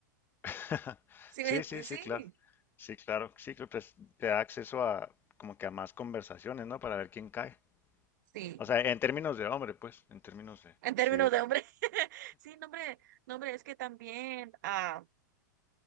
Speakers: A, on the left (about 20°); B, on the right (about 65°).
A: <laughs>
B: ¿Sí
A: Sí,
B: me enti-
A: sí,
B: Sí,
A: sí, claro. Sí, claro. Sí, creo que es- te da acceso a como que a más conversaciones, ¿no? Para ver quién cae.
B: sí.
A: O sea, en términos de hombre, pues, en términos de
B: En términos
A: así de,
B: de hombre, <laughs> sí, no, hombre, no, hombre, es que también, ah,